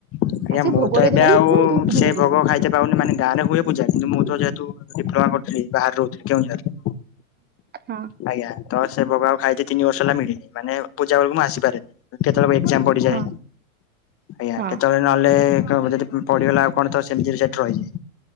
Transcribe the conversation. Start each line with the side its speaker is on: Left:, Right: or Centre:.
Left: ଆଜ୍ଞା,
Right: ଆସିକି
Left: ମୁଁ
Right: ଭୋଗ
Left: ତ
Right: ଟିକେ
Left: ଏବେ
Right: ଧରିକି
Left: ଆଉ
Right: ପୁଣି ଧଉଡି
Left: ସେ
Right: ଧଉଡି ଯିବୁ।
Left: ଭୋଗ ଖାଇତେ ପାଉନି ମାନେ ଗାଁ ରେ ହୁଏ। ମୁଁ ଯାଏ କିନ୍ତୁ ମୁଁ ତ ଯେହେତୁ ଡିପ୍ଲୋମା କରୁଥିଲି ବାହରେ ରହୁଥିଲି କେଉଁଝରରେ।
Right: ହଁ।
Left: ଆଜ୍ଞା ତ ସେ ଭୋଗ ଆଉ ଖାଇତେ ତିନି ବର୍ଷ ହେଲା ମିଳିନି ମାନେ ପୂଜା ବେଳକୁ ମୁଁ ଆସିପାରେନି। କେତେବେଳେ ଏକ୍ସଜାମ୍ ପଡ଼ିଯାଏ
Right: ହଁ
Left: ଆଜ୍ଞା
Right: ହଁ
Left: କେତେବେଳେ ନହେଲେ ଯଦି ପଡ଼ିଗଲା ଆଉ କଣ ତ ସେମିତି ସେଠି ରହିଯାଏ